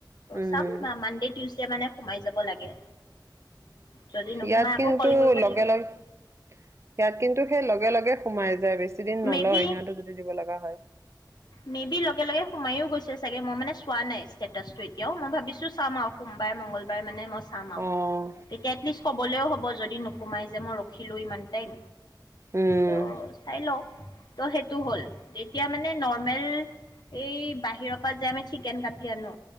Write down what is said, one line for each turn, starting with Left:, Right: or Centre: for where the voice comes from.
Right: উম,
Left: চাম মা মান্দেত টিউচডে মানে সোমাই যাব লাগে। যদি নোসোমাই
Right: ইয়াত
Left: আকৌ
Right: কিন্তু
Left: কল কৰিব
Right: লগে
Left: লাগিব
Right: লগে ইয়াত কিন্তু সেই লগে লগে সোমাই যায় বেছি দিন নলয়
Left: মে বি
Right: সিহঁতে যদি দিব লগা হয়।
Left: মে বি লগে লগে সোমাইও গৈছো চাগে মই মানে চোৱা নাই ষ্টেটাচ টো এতিও মই ভাবিছো চাম আৰু সোমবাৰ, মংগলবাৰ মানে মই চাম আৰু
Right: অ',
Left: তেতিয়া এটলিষ্ট কবলৈও হ'ব হ'ব যদি নোসোমাই যে মই ৰখিলোঁ ইমান টাইম
Right: উম,
Left: ত' চাই ল ত' সেইটো হ'ল তেতিয়া মানে নৰ্মেল এই বাহিৰৰ পৰা যে আমি চিকেন কাটি আনো